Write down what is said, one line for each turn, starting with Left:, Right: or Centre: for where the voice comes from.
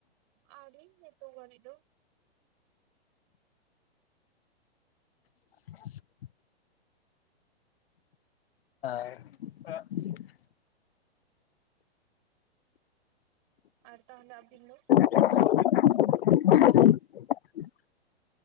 Right: ᱟᱹᱣᱨᱤ ᱱᱤᱛᱳᱜ ᱦᱟᱵᱤᱡ ᱫᱚ
Left: <inaudible> <unintelligible>
Right: ᱟᱨ ᱛᱟᱦᱚᱞᱮ ᱟᱵᱤᱱ ᱫᱚ
Left: <inaudible>